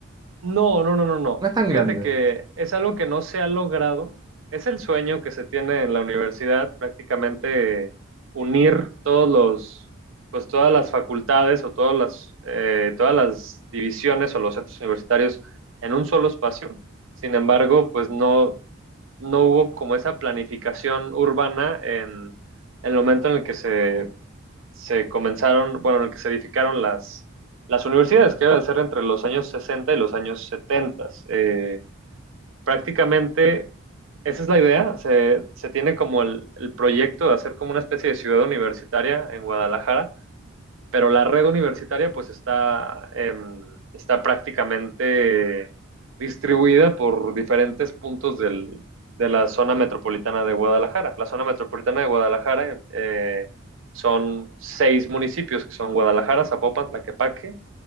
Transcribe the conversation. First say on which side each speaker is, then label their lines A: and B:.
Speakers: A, on the right; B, on the right.
A: No, no, no, no, no.
B: no es tan
A: Fíjate
B: grande.
A: que es algo que no se ha logrado. Es el sueño que se tiene en la universidad, prácticamente unir todos los, pues todas las facultades o todas las, eh, todas las divisiones o los centros universitarios en un solo espacio. Sin embargo, pues no, no hubo como esa planificación urbana en, en el momento en el que se se comenzaron, bueno, en el que se edificaron las, las universidades, que iba a ser entre los años 60 y los años 70. Eh, prácticamente esa es la idea, se, se tiene como el, el proyecto de hacer como una especie de ciudad universitaria en Guadalajara pero la red universitaria pues está, eh, está prácticamente distribuida por diferentes puntos del, de la zona metropolitana de Guadalajara. La zona metropolitana de Guadalajara eh, son seis municipios, que son Guadalajara, Zapopan, Tlaquepaque,